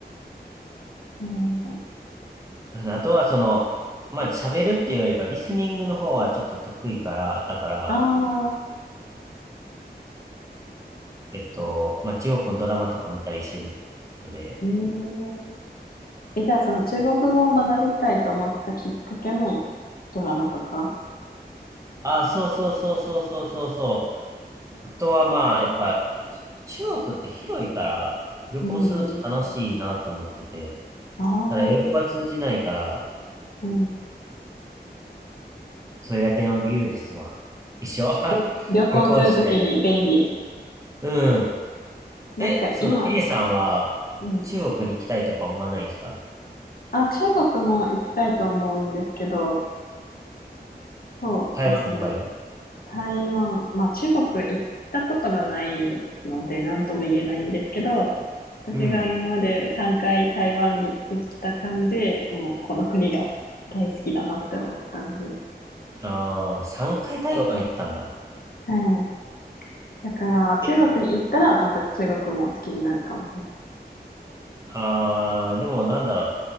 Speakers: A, on the left; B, on the right.
A: うん、
B: あとはその、まあ、喋るっていうよりか、リスニングの方はちょっと得意から、だから、
A: ああ、
B: えっと、まあ、中国のドラマとか見たりしてるので、
A: うん。え、じゃあ、その中国語を学びたいと思ったきっかけも、ドラマとか
B: あ、そうそうそうそうそうそうそう。あとはまあ、やっぱ、中国って広いから旅行すると楽しいなと思ってて、
A: うんうん。ああ、
B: ただ英語が通じないから、
A: うん。
B: それだけの理由ですわ。一緒 <laughs>
A: 旅旅行するときに便利
B: 旅行したい。うん。
A: なんか今、
B: え、その A さんは
A: うん。
B: 中国に行きたいとか思わないんですか
A: あ、中国も行きたいと思うんですけど、そうですね。
B: 台湾の方がいい
A: 台湾、まあ中国行ったことがないので何とも言えないんですけど、私が今まで3回台湾に行った感じ、
B: うん。
A: もうこの国が大好きだなって思ったんで。
B: ああ、3回台湾行ったんだ。
A: はい。だから中国に行ったらまた中国も好きになるかもしれない。
B: え、ああ、でもなんだろう。